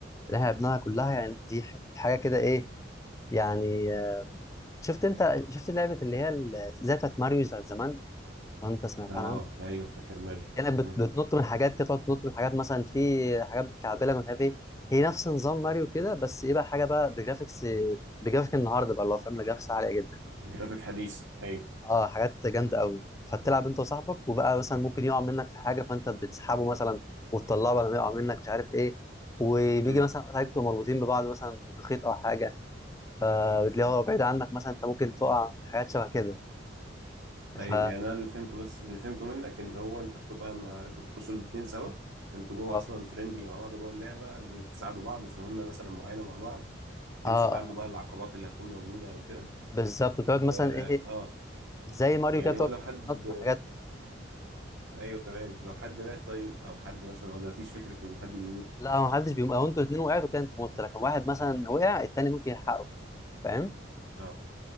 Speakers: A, on the left (about 15°); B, on the right (about 85°).
A: اللي احنا لعبناها كلها يعني دي ح- حاجه كده ايه يعني آه، شفت انت شفت لعبه اللي هي ال- زي بتاعت ماريو بتاعت زمان وانت سمعت
B: اه
A: عنها
B: ايوه فاكر ماريو
A: كانت بت-
B: امم
A: بتنط من حاجات كده تقعد تنط من حاجات مثلا في حاجات بتكعبلك ومش عارف ايه هي نفس نظام ماريو كده بس ايه بقى حاجه بقى بجرافيكس بجرافيك النهارده بقى اللي هو فاهم جرافيكس عاليه جدا
B: جرافيك حديث ايوه
A: اه حاجات جامده قوي فتلعب انت وصاحبك وبقى مثلا ممكن يقع منك في حاجه فانت بتسحبه مثلا وتطلعه بعد ما يقع منك مش عارف ايه وبيجي
B: امم
A: مثلا اوقات حاجات بتبقوا مربوطين ببعض مثلا بخيط او حاجه فبتلاقيه هو بعيد عنك مثلا انت ممكن تقع حاجات شبه كده
B: طيب
A: ف اه
B: يعني انا اللي فهمته بس اللي فهمته منك ان هو انت بتبقى مع انتوا بتخشوا الاتنين سوا انتوا جوه
A: اه
B: اصلا فريندلي مع بعض جوه اللعبه بتساعدوا بعض في مهمه مثلا معينه مع بعض بتمشوا
A: اه
B: تعدوا بقى العقبات اللي هتكون موجوده وكده
A: بالظبط بتقعد
B: و
A: مثلا
B: اه
A: ايه زي ماريو
B: يعني
A: كده بتقعد
B: هو لو حد
A: تنطط من حاجات وكده
B: ايوه تمام لو حد مات طيب او حد مثلا ولا مفيش فكره ان حد بيموت
A: لا ما حدش بيقوم لو انتوا الاثنين وقعتوا كده انتوا مت لكن واحد مثلا وقع التاني ممكن يلحقه فاهم
B: اه